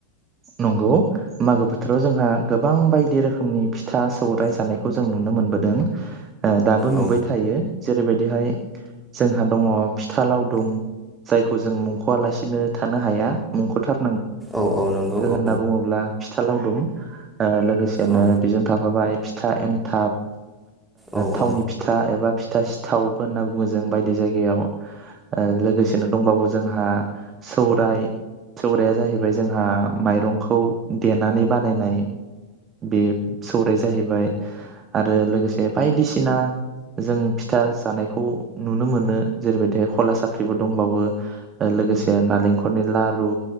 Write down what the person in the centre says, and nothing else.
औ
औ औ नंगौ औ
औ
औ
औ